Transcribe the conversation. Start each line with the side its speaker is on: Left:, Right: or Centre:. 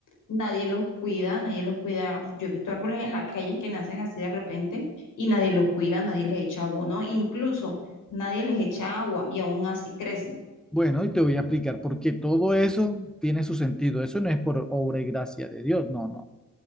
Left: nadie los cuida, nadie los cuida. Yo he visto árboles en las calles que nacen así de repente y nadie los cuida, nadie les echa abono, incluso nadie les echa agua y aún así crecen.
Centre: Bueno, y te voy a explicar, porque todo eso tiene su sentido. Eso no es por obra y gracia de Dios, no, no.